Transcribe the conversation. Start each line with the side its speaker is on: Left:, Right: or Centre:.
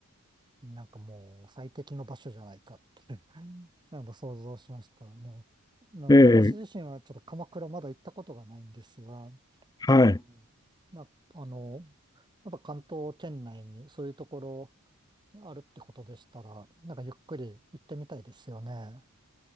Right: う、なんかもう最適の場所じゃないかって <laughs> あの、想像しました。あの、あの私自身はちょっと鎌倉まだ行ったことがないんですが、
Left: えええはい。
Right: うん、な、あの、やっぱ関東圏内にそういうところあるってことでしたら、なんかゆっくり行ってみたいですよね。